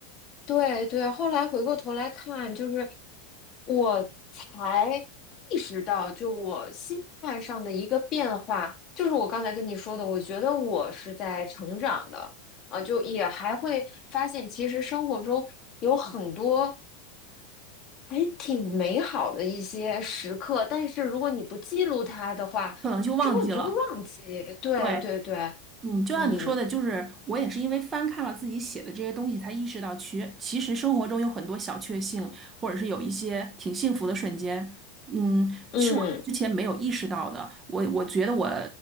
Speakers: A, on the left; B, on the right.
A: 对对，后来回过头来看，就是我才意识到，就我心态上的一个变化，就是我刚才跟你说的，我觉得我是在成长的啊，就也还会发现，其实生活中有很多。还挺美好的一些时刻，但是如果你不记录它的话，
B: 可能就忘记了。
A: 之后你就会忘记。对对对，
B: 对，嗯，就像你说的，
A: 嗯
B: 就是我也是因为翻看了自己写的这些东西，才意识到其其实生活中有很多小确幸，或者是有一些挺幸福的瞬间，嗯，
A: 嗯
B: 是我之前没有意识到的。我我觉得我